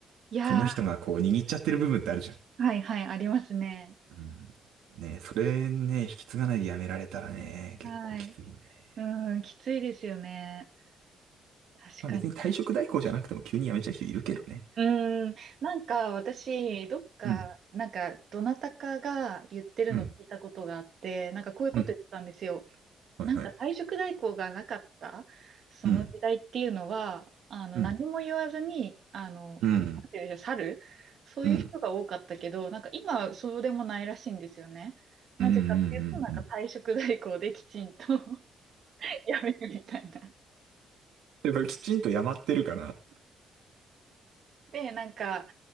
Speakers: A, on the right (about 60°); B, on the right (about 80°).
A: いやー、
B: う、その人がこう握っちゃってる部分ってあるじゃん。
A: はいはい、ありますね。
B: うん。ね、それね、引き継がないでやめられたらね、結構きついね。
A: はい。うん、きついですよね。確かにな。
B: まあ別に退職代行じゃなくても急に辞めちゃう人いるけどね。
A: うん、なんか私、どっか、
B: うん。
A: なんか、どなたかが言ってるの聞いたことがあって、
B: うん。
A: なんかこういうこと言ってたんですよ。
B: うん。はいはい。
A: なんか退職代行がなかったその時代っていうのは、
B: うん。
A: あの、
B: うん。
A: 何も言わずに、あの、
B: うん。
A: なんていうんでしょう、去るそういう人が多かったけど、
B: うん。
A: なんか今はそうでもないらしいんですよね。なぜかっていうと、
B: うん。うん。
A: なんか退職代行できちんと
B: うん。うん
A: <laughs> やめるみたいな。
B: やっぱりきちんとやまってるから。
A: で、なんか、